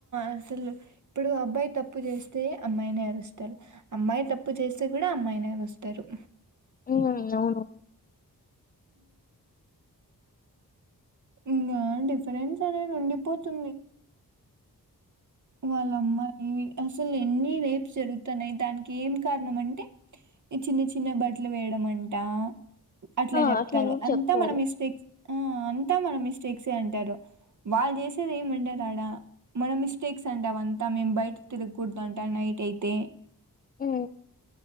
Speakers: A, on the right; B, on the left.
A: అసలు ఇప్పుడు అబ్బాయి తప్పు చేస్తే అమ్మాయినే అరుస్తారు. అమ్మాయి తప్పు చేస్తే కూడా అమ్మాయినే అరుస్తారు.
B: ఉ అవును
A: ఇంకా డిఫరెన్స్ అనేది ఉండిపోతుంది వాళ్ళ అమ్మాయి అసలు ఎన్ని రేప్స్ జరుగుతున్నాయి. దానికి ఏం కారణం అంటే ఈ చిన్న చిన్న బట్టలు వేయడం అంట. అట్లా
B: ఆ!
A: చెప్తారు.
B: అట్లనే
A: అంతా
B: చెప్తారు.
A: మన మిస్టేక్స్ ఆ అంతా మన మిస్టేక్స్ అంటారు. వాళ్ళు చేసేది ఏమంటారు ఆడా మనం మిస్ మిస్టేక్స్ అంటా అంతా మేం బయట తిరగకూడదు. అంటాం నైట్ అయితే
B: ఉ